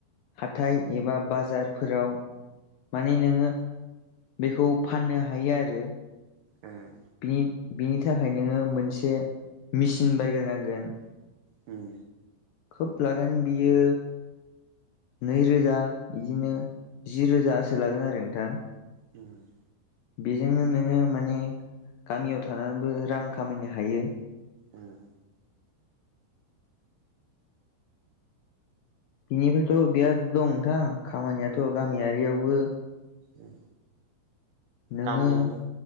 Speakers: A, on the left; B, on the right.
A: हाथाय एबा बाजार फोराव माने नोङो बेखौ फाननो हायो आरो।
B: उम
A: नि बिनि थाखाय नोङो मोनसे मेचिन बायग्रोनांगोन।
B: ओम
A: खोब लागोन बियो नै रोजा बिदिनो जि रोजासो लागोन आरो नोंथां।
B: उम
A: बेजोंनो नोङो माने गामियाव थानानैबो रां खामायनो हायो।
B: उम
A: बिनिफ्रायथ' बिराद दं नोंथां खामानियाथ' गामियारियावबो
B: ओ
A: नोङो
B: गामियारि